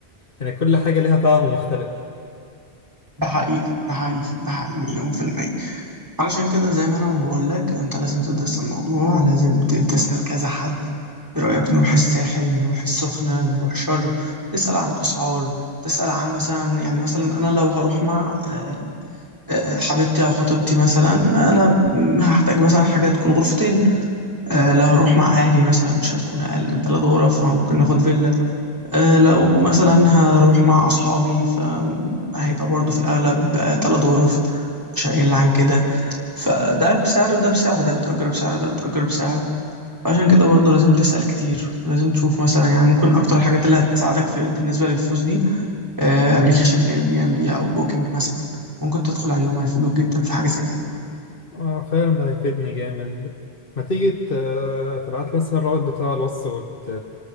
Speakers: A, on the left (about 55°); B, on the right (about 20°).
A: يعني كل حاجة ليها طعم مختلف
B: ده حقيقي ده حقيقي ده حقيقي مليون في المية علشان كده زي ما أنا ما بقولك أنت لازم تدرس الموضوع لازم ت- تسأل كذا حد إيه رأيك نروح الساحل نروح السخنة نروح شرم نسأل عن الأسعار تسأل عن مثلا يعني مثلا أنا لو هروح مع آه، آه، حبيبتي او خطيبتي مثلا انا م- هحتاج مثلا حاجه تكون غرفتين آه، لو هروح مع اهلي مثلا مش هتكون اقل من ثلاث غرف او ممكن ناخد فيلا آه، لو مثلا هروح مع اصحابي فهيبقى برضو في الاغلب آه، ثلاث غرف مش هيقل عن كده فده بسعر وده بسعر ده بيتأجر بسعر ده بيتأجر بسعر عشان كده برضو لازم تسأل كتير ولازم تشوف مثلا يعني ممكن اكتر الحاجات اللي هتساعدك في بالنسبة للفلوس دي ابلكيشن اير بي ام بي او بوكينج مثلا ممكن تدخل عليهم هيفيدوك جدا في حاجة زي كده
A: آه، فعلا ده هيفيدني جامد ما تيجي ت- تبعت لي مثلا الرابط بتاع الوصف وت...